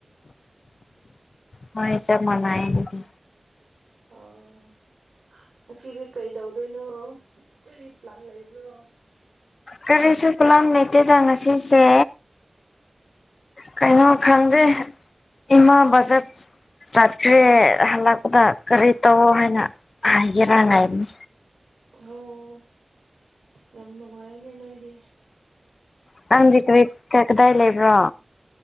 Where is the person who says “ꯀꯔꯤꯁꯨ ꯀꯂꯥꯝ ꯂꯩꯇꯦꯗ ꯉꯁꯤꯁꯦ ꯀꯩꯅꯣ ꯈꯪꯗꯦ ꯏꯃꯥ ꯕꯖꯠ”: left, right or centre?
Left